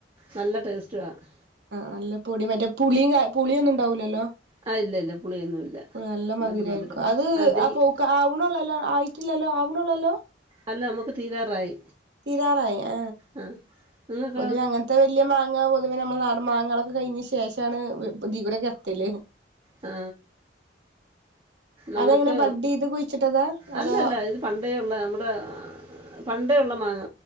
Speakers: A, on the right; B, on the right.
A: നല്ല ടേസ്റ്റുമാണ്
B: നല്ല പൊടി മറ്റെ പുളി പുളി ഒന്നും ണ്ടാവുലല്ലോ
A: ആ ഇല്ല ഇല്ല പുളിയൊന്നുമില്ല
B: നല്ല മത് രായിരിക്കുഅത്
A: മധുരം അത്
B: അ
A: ഈ-
B: പൗക്ക അവ്നൊള്ളോ ലോ അവ്നോള്ളോ ലോ
A: അല്ല നമുക്ക് തീരാറായി
B: തീരാറായി ആ
A: ആ നിങ്ങൾക്കോ
B: പൊതുവെ അങ്ങനത്തെ വലിയ മാങ്ങ പൊതുവെ നമ്മൾ നാ മാങ്ങകളൊക്കെ കഴിഞ്ഞ് ശേഷാണ് <inaudible> <unintelligible>
A: ആ നമുക്ക്
B: അതങ്ങനെ ബഡ് ചെയ്ത് കുഴിച്ചിട്ടതാ
A: അല്ലല്ല
B: അതോ
A: ഇത് പണ്ടേയുള്ള നമ്മുടെ പ പണ്ടേ യുള്ള മാങ്ങ